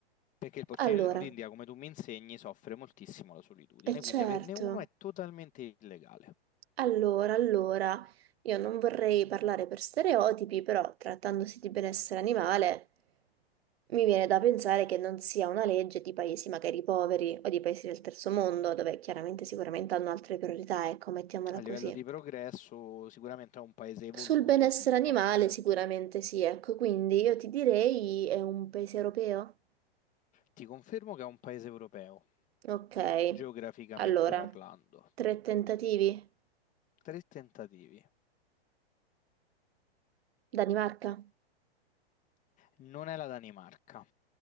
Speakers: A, on the left; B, on the right.
A: Perché il porcellino
B: Allora.
A: d'India, come tu mi insegni, soffre moltissimo la solitudine,
B: E
A: quindi
B: certo,
A: averne uno è totalmente illegale.
B: allora, allora, io non vorrei parlare per stereotipi, però trattandosi di benessere animale, mi viene da pensare che non sia una legge di paesi magari poveri o di paesi del terzo mondo, dove chiaramente sicuramente hanno altre priorità, ecco, mettiamola
A: A livello
B: così.
A: di progresso, sicuramente è un paese evoluto,
B: Sul benessere
A: sviluppato,
B: animale
A: certo.
B: sicuramente sì, ecco, quindi io ti direi è un paese europeo?
A: Ti confermo che è un paese europeo,
B: Ok,
A: geograficamente
B: allora,
A: parlando.
B: tre tentativi.
A: Tre tentativi.
B: Danimarca?
A: Non è la Danimarca,